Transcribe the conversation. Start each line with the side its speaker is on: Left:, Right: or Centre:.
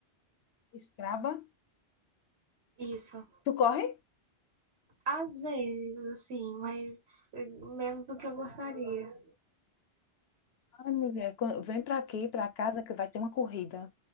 Left: Strava.
Right: Isso.
Left: Tu corre?
Right: Às vezes, assim, mas eh, menos do que eu gostaria.
Left: Ai, mulher, quan- vem para aqui, para casa, que vai ter uma corrida.